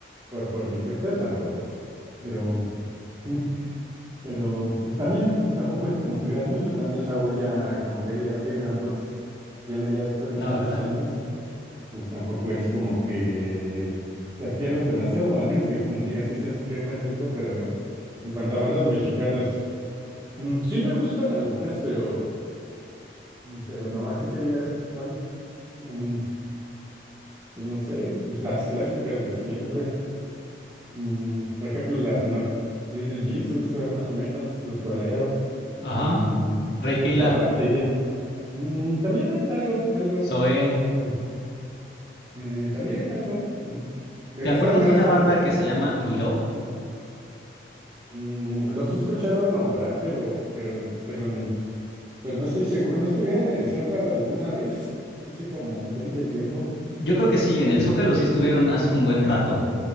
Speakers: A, on the right; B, on the left.
A: por, por mi cuenta, tampoco. Pero, <laughs> pero pues también, pues tampoco es como que veas mucho, también Saúl ya como que digas, qué gran voz tiene ya después de
B: No,
A: tantos
B: ¿verdad?
A: años pues tampoco es como que te pierdas demasiado, o al menos que como digas, sí seas bien fanático, pero no. En cuanto a bandas mexicanas, mm, sí me gustan algunas, pero, mm, pero no, así que digas, cuán- mm, pues no sé, pues las clásicas de siempre. Mm, por ejemplo, las no- Little Jesus, eh, más o menos, los tolero,
B: Ajá.
A: mm,
B: Rey Pila,
A: hasta Pastillas. Mm, también algo, algo,
B: Zoé.
A: mm, eh, también algo. mm. Me
B: ¿Te
A: gustan
B: acuerdas
A: más.
B: de una banda
A: eh,
B: que se llama Miró?
A: Mm, los he escuchado nombrar, pero, pero, pero, n- pero no estoy seguro. ¿No estuvieron en el Zócalo alguna vez? Hace como un buen de tiempo,
B: Yo creo que sí, en el Zócalo sí estuvieron hace un buen rato.